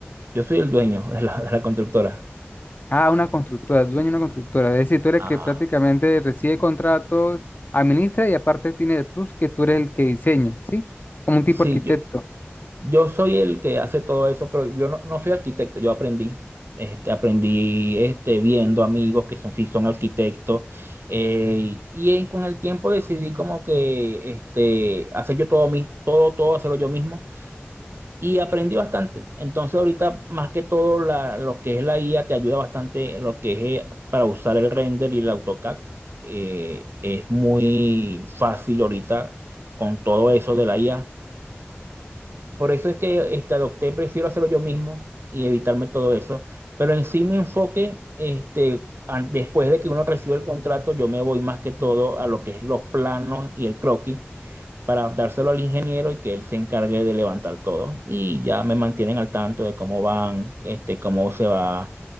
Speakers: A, on the right; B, on the left.
A: Yo soy el dueño de la de la constructora.
B: Ah, una constructora, dueño de una constructora. Es decir, tú eres
A: Ajá.
B: el que prácticamente recibe contratos, administra y aparte tiene el plus que tú eres el que diseña, ¿sí? Como un tipo
A: Sí,
B: arquitecto.
A: yo, yo soy el que hace todo eso, pero yo no, no soy arquitecto, yo aprendí. Este, aprendí este, viendo amigos que son, sí son arquitectos. eh, y en- con el tiempo decidí como que este, hacer yo todo, mi, todo, todo, hacerlo yo mismo. Y aprendí bastante. Entonces ahorita más que todo la- lo que es la IA te ayuda bastante lo que es eh, para usar el render y el AutoCAD. eh, es muy fácil ahorita con todo eso de la IA. Por eso es que este, adopté, prefiero hacerlo yo mismo y evitarme todo eso. Pero en sí mi enfoque, este, an- después de que uno recibe el contrato, yo me voy más que todo a lo que es los planos y el croquis para dárselo al ingeniero y que él se encargue de levantar todo. Y ya me mantienen al tanto de cómo van, este, cómo se va,